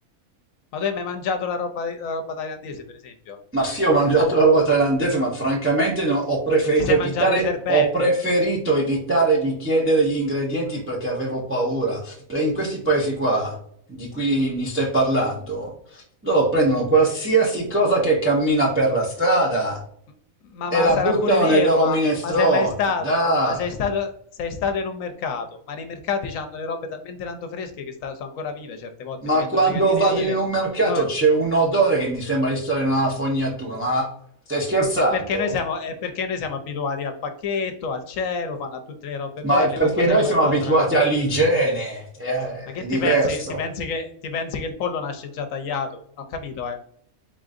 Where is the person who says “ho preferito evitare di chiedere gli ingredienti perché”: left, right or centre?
Right